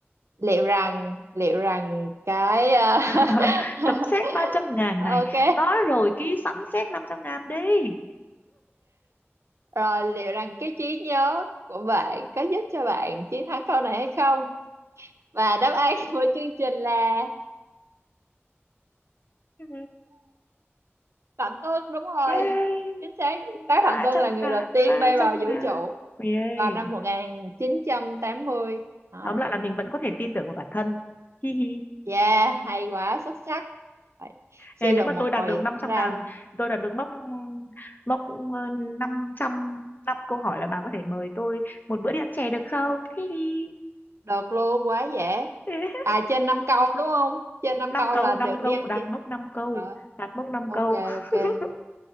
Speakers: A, on the right (about 75°); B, on the left (about 40°).
A: liệu rằng liệu rằng cái à,
B: <laughs>
A: <laughs>
B: tấm séc ba trăm ngàn
A: ok
B: này nói rồi ký sẵn séc năm trăm ngàn đi
A: rồi liệu rằng cái trí nhớ của bạn có giúp cho bạn chiến thắng câu này hay không và đáp án <laughs> của chương trình là
B: Ừ,
A: Phạm Tuân đúng rồi
B: yeah
A: chính xác bác
B: ba
A: Phạm Tuân
B: trăm
A: là người
B: ngàn
A: đầu tiên
B: ba
A: bay vào
B: trăm
A: vũ
B: ngàn
A: trụ
B: yeah
A: vào năm 1980 Đấy.
B: tóm lại là mình vẫn có thể tin tưởng vào bản thân hi hi
A: yeah hay quá xuất sắc Đấy. suy
B: Nè, nếu
A: luận
B: mà
A: một
B: tôi
A: hồi
B: đạt được năm
A: cũng
B: trăm
A: ra
B: ngàn,
A: luôn
B: tôi đạt được mốc mốc ờ, năm trăm năm câu hỏi là bà có thể mời tôi một bữa đi ăn chè được không? Hi hi.
A: được luôn quá dễ
B: <laughs>
A: à trên 5 câu đúng không trên 5
B: 5
A: câu
B: câu,
A: là được
B: 5 câu,
A: đi ăn
B: đạt
A: chè
B: mốc 5 câu,
A: rồi
B: đạt mốc 5
A: ok
B: câu. <laughs>
A: ok